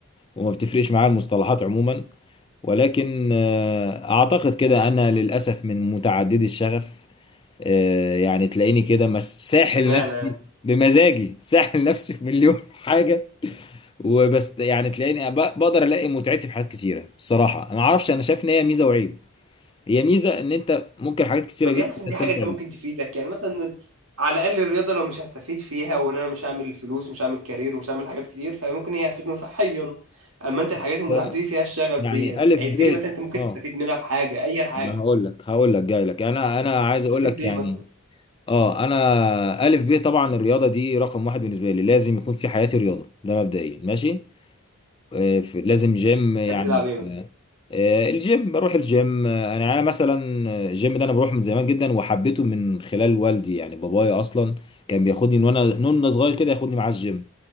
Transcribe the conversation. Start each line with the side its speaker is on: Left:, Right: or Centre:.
Left: وما بتفرقش معايا المصطلحات عموما ولكن آه، اعتقد كده انا للاسف من متعددي الشغف آه، يعني تلاقيني كده مس- ساحل
Right: اشمعنى
Left: نفسي
Right: يعني
Left: بمزاجي ساحل نفسي في مليون <laughs> حاجه وبس يعني تلاقيني ب- بقدر الاقي متعتي في حاجات كتيره الصراحه ما اعرفش انا شايف ان هي ميزه وعيب هي ميزه ان انت ممكن حاجات كتيره
Right: طب
Left: جدا
Right: يعني مثلا
Left: تستمتع
Right: دي حاجه انت ممكن
Left: بيها
Right: تفيدك يعني مثلا على الاقل الرياضه لو مش هستفيد فيها وان انا مش هعمل فلوس ومش هعمل كارير ومش هعمل حاجات كتير فممكن هي هتفيدني صحيا اما انت الحاجات
Left: بص
Right: المتعدده فيها الشغف
Left: يعني
Right: ديت
Left: الف
Right: عد
Left: ب
Right: لي مثلا انت ممكن
Left: اه
Right: تستفيد منها بحاجه اي حاجه
Left: انا هقول لك هقول لك جاي لك انا انا عايز
Right: هتستفيد
Left: اقول لك
Right: بايه
Left: يعني
Right: مثلا
Left: اه انا الف ب طبعا الرياضه دي رقم واحد بالنسبه لي لازم يكون في حياتي رياضه ده مبدئيا ماشي آه، في- لازم جيم يعني
Right: تحب تلعب ايه مثلا
Left: آه، الجيم بروح الجيم آه، انا انا مثلا آه، الجيم ده انا بروح من زمان جدا وحبيته من خلال والدي يعني بابايا اصلا كان بياخدني من وانا نون صغير كده ياخدني معاه الجيم